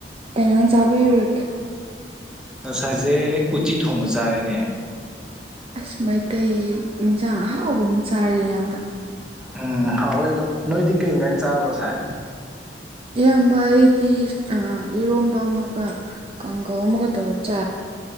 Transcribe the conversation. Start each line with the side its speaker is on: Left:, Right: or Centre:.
Right: ꯀꯩ ꯏꯟꯖꯥꯡ ꯆꯥꯕꯤꯔꯨꯔꯒꯦ
Centre: ꯉꯁꯥꯏꯖ‌ꯦ ꯎꯇꯤ ꯊꯣꯡꯕ ꯆꯥꯔꯦꯅꯦ
Right: ꯑꯁ ꯃꯩꯇꯩ ꯏꯟꯖꯥꯡ ꯑꯍꯥꯎꯕ ꯑꯃ ꯆꯥꯔꯦꯅ‌ꯦ ꯏꯌꯥꯝꯕ
Centre: ꯎꯝ ꯍꯥꯎꯋꯦ ꯑꯗꯨ ꯅꯣꯏꯗꯤ ꯀꯩ ꯏꯟꯖꯥꯡ ꯆꯥꯔꯕ ꯉꯁꯥꯏ
Right: <inaudible> ꯏꯌꯥꯝꯕ ꯑꯩꯗꯤ ꯑ ꯏꯔꯣꯝꯕ ꯑꯃꯒ ꯀꯥꯡꯒꯧ ꯑꯃꯒ ꯇꯧꯔ ꯆꯥꯔ